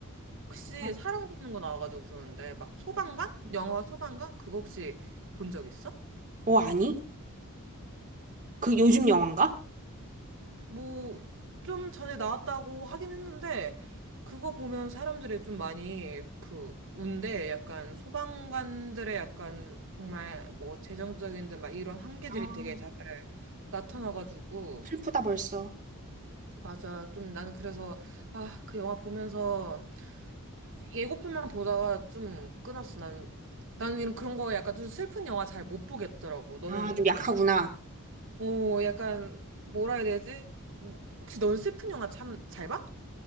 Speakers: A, on the right; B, on the right.
A: 혹시
B: 아.
A: 사람 굽는 거 나와가지고 그러는데 막 소방관? 영화 소방관? 그거 혹시 본 적 있어?
B: 어, 아니? 그 요즘 영화인가?
A: 뭐 좀 전에 나왔다고 하긴 했는데 그거 보면 사람들이 좀 많이 그 운데 약간 소방관들의 약간 정말 뭐 재정적인 데막 이런 한계들이
B: 아,
A: 되게 잘 나타나가지고
B: 슬프다 벌써.
A: 맞아 좀 나는 그래서 아 그 영화 보면서 예고편만 보다가 좀 끊었어 난 나는 이런 그런 거 약간 좀 슬픈 영화 잘 못 보겠더라고. 너는
B: 아, 좀 약하구나.
A: 오, 약간, 뭐라 해야 되지? 혹시 넌 슬픈 영화 참 잘 봐?